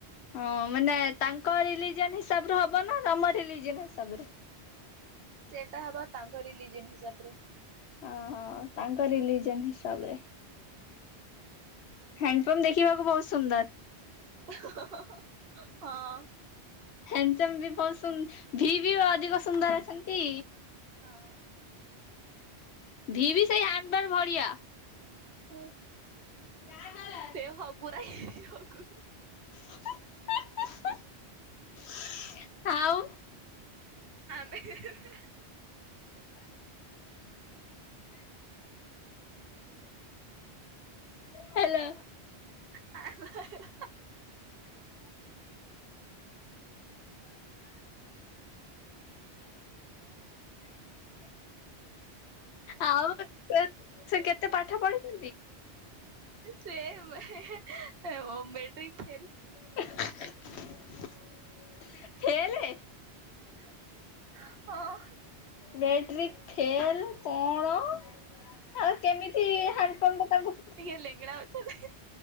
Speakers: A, on the left (about 75°); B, on the right (about 65°).
A: ହଁ ମାନେ ତାଙ୍କ ରିଲିଜନ ହିସାବରୁ ହବ ନା ତମ ରିଲିଜନ ହିସାବରୁ।
B: ସେଇଟା ହବ ତାଙ୍କ ରିଲିଜିନ ହିସାବରେ।
A: ଓହୋ ତାଙ୍କ ରିଲିଜନ ହିସାବରେ। ହ୍ୟାଣ୍ଡ ପମ୍ପ ଦେଖିବାକୁ ବହୁତ ସୁନ୍ଦର।
B: <unintelligible> ହଁ।
A: ହ୍ୟାଣ୍ଡସମ ବି ବହୁତ ଶୁ ଭି ବି ଅଧିକ ସୁନ୍ଦର ଅଛନ୍ତି।
B: ହଁ।
A: ଧି ବି ସେଇ ଆନବାର ଭଳିଆ।
B: ହୁଁ।
A: <unintelligible>
B: ସେ ହଗୁରା ହଗୁରୀ
A: <unintelligible> ଆଉ
B: <unintelligible>
A: ହାଲୋ
B: ଆ <unintelligible>
A: ଆଉ ସେ କେତେ ପାଠ ପଢିଛନ୍ତି?
B: ସେ <unintelligible> ମେଟ୍ରିକ ଫେଲ।
A: <unintelligible> ଫେଲେ
B: ହଁ।
A: ମେଟ୍ରିକ୍ ଫେଲ କଣ? ଆଉ କେମିତି ହଣ୍ଡପମ୍ପ ତାଙ୍କୁ
B: ଲେଙ୍ଗେଡ଼ା <unintelligible>